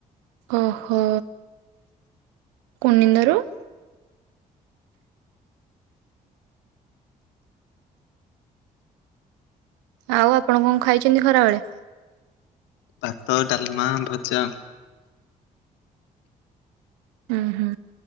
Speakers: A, on the right (about 85°); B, on the left (about 85°).
A: ଓହୋ କୋନିନ୍ଦାରୁ? <unintelligible> ଆଉ ଆପଣ କଣ ଖାଇଛନ୍ତି ଖରାବେେଳେ?
B: ଭାତ ଡାଲମା ଭଜା।
A: ହଁ ହୁଁ